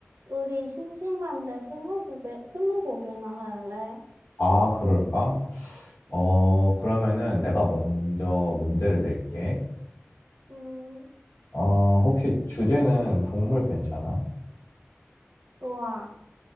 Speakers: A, on the right (about 70°); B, on the left (about 80°).
A: 우리 심심한데 스무고개, 스무고개나 할래?
B: 아, 그럴까? 어, 그러면은 내가 먼저 문제를 낼게.
A: 음,
B: 어, 혹시 주제는 동물 괜찮아?
A: 좋아.